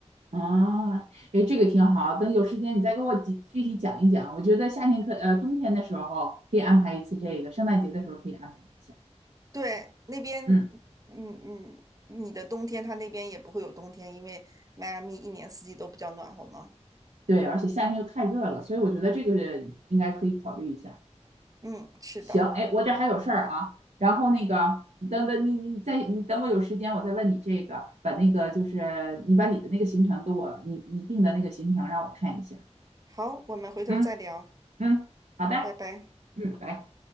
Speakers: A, on the right; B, on the right.
A: 啊，哎，这个挺好。等有时间你再给我具具体讲一讲。我觉得夏天可呃冬天的时候可以安排一次这个，圣诞节的时候可以安排一下。
B: 对，那边，
A: 嗯，
B: 嗯嗯，你的冬天，它那边也不会有冬天，因为迈阿密一年四季都比较暖和嘛。
A: 对，而且夏天又太热了，所以我觉得这个是应该可以考虑一下。
B: 嗯，是的。
A: 行，哎，我这还有事儿啊。然后那个，等等你你再你等我有时间，我再问你这个，把那个就是你把你的那个行程给我，你你定的那个行程让我看一下。
B: 好，我们回头再聊，
A: 嗯嗯，好的，
B: 拜拜。
A: 嗯，拜。